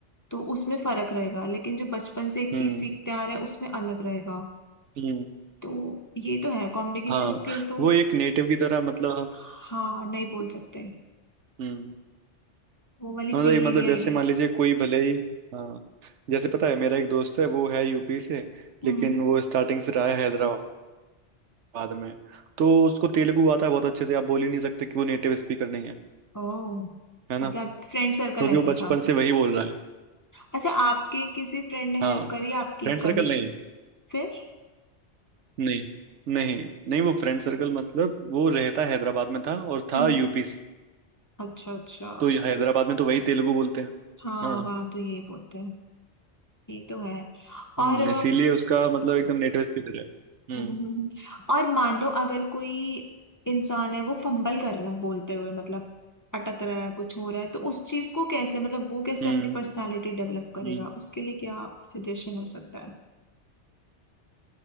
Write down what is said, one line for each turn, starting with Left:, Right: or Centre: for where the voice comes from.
Left: तो उसमें फर्क रहेगा लेकिन जो बचपन से एक
Right: हम्म
Left: चीज सीखते आ रहे हैं उसमें अलग रहेगा
Right: हम्म
Left: तो ये तो है कम्युनिकेशन
Right: हाँ
Left: स्किल तो
Right: वो एक नेटिव की तरह मतलब
Left: हाँ नहीं बोल सकते
Right: हम्म
Left: वो वाली
Right: हाँ
Left: फील
Right: तो एक
Left: ही
Right: मतलब
Left: नहीं आएगी
Right: जैसे मान लीजिए कोई भले ही हाँ जैसे पता है मेरा एक दोस्त है वो है यूपी से
Left: हम्म
Right: लेकिन वो स्टार्टिंग से रहा है हैदराबाद में तो उसको तेलुगु आता है बहुत अच्छे से आप बोल ही नहीं सकते कि वो नेटिव स्पीकर नहीं है
Left: ओह
Right: है ना
Left: मतलब फ्रेंड सर्कल
Right: क्योंकि
Left: ऐसा
Right: वो बचपन
Left: था
Right: से वही बोल रहा है
Left: अच्छा आपके किसी फ्रेंड ने
Right: हाँ
Left: हेल्प करी आपकी
Right: फ्रेंड सर्कल
Left: कभी
Right: नहीं
Left: फिर
Right: नहीं नहीं नहीं वो फ्रेंड सर्कल मतलब वो रहता हैदराबाद में था और था
Left: हम्म
Right: यूपी से
Left: अच्छा अच्छा
Right: तो हैदराबाद में तो वही तेलुगु बोलते हैं
Left: हाँ
Right: हाँ
Left: वहाँ तो यही बोलते हैं ये तो है और
Right: हम्म इसीलिए उसका मतलब एकदम नेटिव स्पीकर है हम्म
Left: हम्म, हम्म, हम्म। और मान लो अगर कोई इंसान है वो फंबल कर रहा है बोलते हुए मतलब अटक रहा है कुछ हो रहा है तो उस चीज को कैसे मतलब वो कैसे
Right: हम्म
Left: अपनी पर्सनालिटी डेवलप करेगा
Right: हम्म।
Left: उसके लिए क्या सजेशन हो सकता है